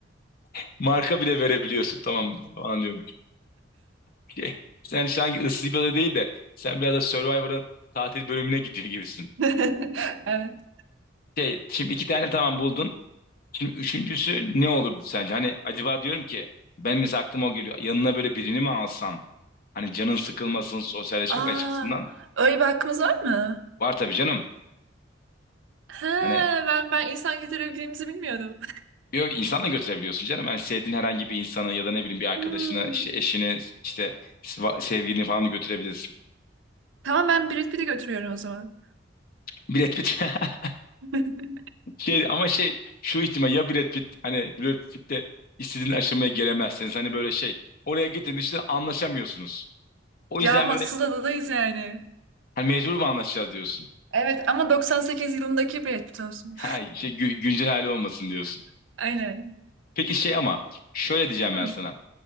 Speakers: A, on the left; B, on the right.
A: <laughs> marka bile verebiliyorsun. Tamam falan diyorum. Şey, sen sanki ıssız bir ada değil de sen biraz da Survivor'ın tatil bölümüne gidiyor gibisin.
B: <laughs> Evet.
A: Şey, şimdi iki tane tamam buldun. Şimdi üçüncüsü ne olurdu sence? Hani acaba diyorum ki ben mesela aklıma o geliyor. Yanına böyle birini mi alsan? Hani canın sıkılmasın sosyalleşmek
B: Aa,
A: açısından.
B: öyle bir hakkımız var mı?
A: Var tabii canım.
B: He,
A: Hani
B: ben ben insan getirebildiğimizi bilmiyordum.
A: Yok insan da götürebiliyorsun canım. Hani sevdiğin herhangi bir insanı ya da ne bileyim bir arkadaşını,
B: Hmm.
A: işte eşini, işte seva- sevgilini falan da götürebilirsin.
B: Tamam ben Brad Pitt'i götürüyorum o zaman.
A: Brad Pitt. <laughs>
B: <laughs>
A: Şey, ama şey şu ihtimal ya Brad Pitt hani Brad Pitt'te istediğin aşamaya gelemezseniz hani böyle şey oraya gittiğinde işte anlaşamıyorsunuz. O
B: Ya
A: yüzden
B: massız
A: böyle
B: adadayız yani.
A: hani mecbur mu anlaşacağız diyorsun.
B: Evet ama 98 yılındaki Brad Pitt olsun.
A: Ha, şey gü- güncel hali olmasın diyorsun.
B: <laughs> Aynen.
A: Peki şey ama şöyle diyeceğim
B: Hı.
A: ben sana.